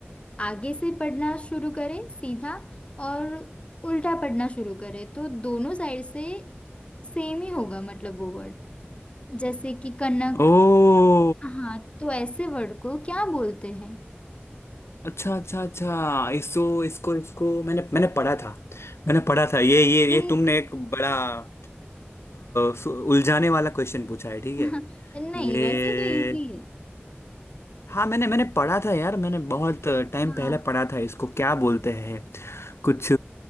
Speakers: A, on the left; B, on the left.
A: आगे से पढ़ना शुरू करे सीधा और उल्टा पढ़ना शुरू करे तो दोनों साइड से सेम ही होगा मतलब वो वर्ड जैसे कि कनक
B: ओ
A: हाँ तो ऐसे वर्ड को क्या बोलते हैं
B: अच्छा अच्छा अच्छा इसको इसको इसको मैंने मैंने पढ़ा था मैंने पढ़ा था ये ये
A: ये
B: ये तुमने एक बड़ा अ, सु- उलझाने वाला क्वेश्चन पूछा है ठीक
A: <laughs>
B: है
A: नहीं
B: ये
A: वैसे तो इजी है
B: हाँ मैंने मैंने पढ़ा था यार मैंने बहुत टाइम
A: हाँ
B: पहले पढ़ा था इसको क्या बोलते हैं कुछ